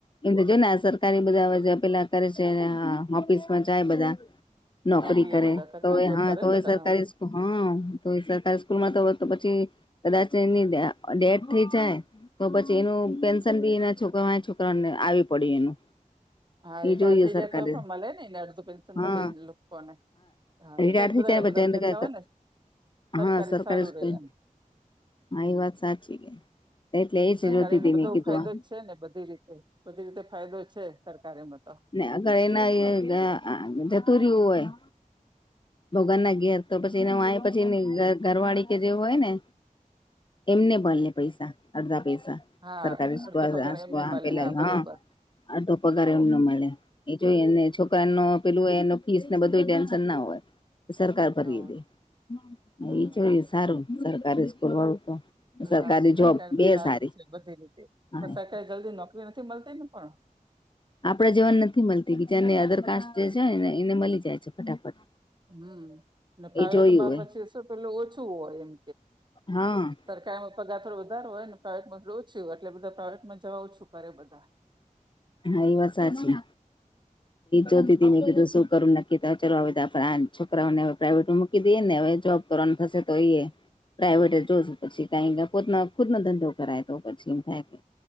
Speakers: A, on the left (about 35°); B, on the right (about 30°).
A: એમ તો જોય ને સરકારી બધા પેલા કરે છે. ઓફિસમાં જાય બધા. નોકરી
B: નોકરીઓ
A: કરે
B: બધા કરતા
A: તોયે
B: ને જોબ
A: હા,
B: કરે
A: તોય
B: ને બધા
A: સરકારી
B: હા
A: હા, તો સરકારી સ્કૂલમાં તો પછી કદાચ એની ડેથ થઈ જાય તો પછી એનું પેન્શન બી એના છોકરાઓ છોકરાઓને આવી પડે એનું.
B: હા,
A: એ
B: રિટાયર
A: જોઈએ
B: થઈ
A: સરકારે
B: જાય તોય પણ મળેને અડધો પેન્સલ
A: હા
B: મલેને લોકોને. હા,
A: રિટાયર
B: એટલે જ
A: થઈ
B: બધાં
A: જાય બધાને
B: બધાં કહેતા હોયને સરકારી
A: હા
B: સારું
A: સ્કૂલ
B: રેય એમ.
A: હા,
B: હમ
A: એ વાત સાચી કે. એટલે એ જ
B: સરકારીમાં
A: જોતી હતી
B: તો બધો
A: મેં કીધું
B: ફાયદો જ છે ને બધી રીતે બધી રીતે ફાયદો છે સરકારે એમાં તો.
A: આગળ એના જતુ રીયુ હોય ભગનના ઘેર તો પછી
B: હમ
A: એના વાય પછી ઘરવાળી કે જેવું હોય ને.
B: હમ
A: એમને ભલે પૈસા અડધા પૈસા.
B: હા
A: સરકારી સ્કૂલ
B: અડધો પગાર
A: આ
B: એમને મળે
A: પેલા
B: હા
A: હ,
B: બરોબર
A: આતો પ કરે
B: હમ
A: એમનો
B: હમ
A: મલે એ જોઈ એને છોકરાનુ
B: હા
A: પેલું ફીસને બધું ટેન્શન ના હોય. સરકાર ફરી
B: હા
A: દે એ
B: હા
A: જોય સારું સરકારી સ્કૂલવાળું તો.
B: હા
A: સરકારી
B: સરકાર
A: જોબ બે
B: તો સારું
A: સારી.
B: જ છે બધી રીતે
A: હા.
B: પણ સરકારે જલ્દી નોકરી નથી મળતી ને પણ
A: આપડા જેવાને નથી મળતી બીજાને અદર કાસ્ટ જે છે ને એને મળી જાય છે ફટાફટ.
B: હમ, અને પ્રાઈવેટમાં
A: એ જોયું હોય
B: પછી શું પેલું ઓછું હોય એમ.
A: હા
B: સરકારમાં પગાર થોડો વધારે હોયને. પ્રાઇવેટમાં એવું જ છે એટલે બધાં પ્રાઇવેટમાં જવા ઓછું કરે બધાં.
A: હા, એ વાત સાચી. જોતી હતી મે કિધું શું કરું નકી તાલ હ આપ આ છોકરાઓને હવે પ્રાઇવેટમાં મૂકી દઈએ ને. હવે જો તરણ થશે તોઈએે. પ્રાાઈવેટ જ જોશું પછી કાંઈ ક પોતનો ખુદનો ધંધો કરાય તો પછી એમ થાય.